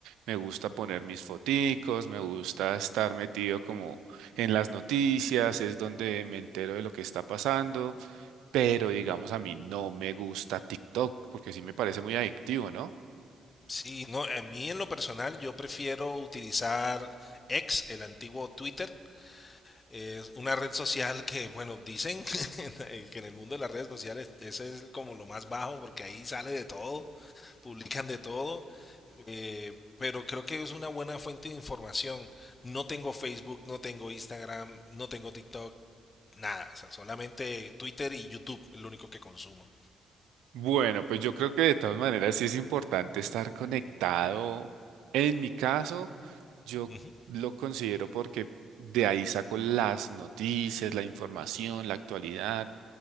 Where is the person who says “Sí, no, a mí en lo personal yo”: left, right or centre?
Left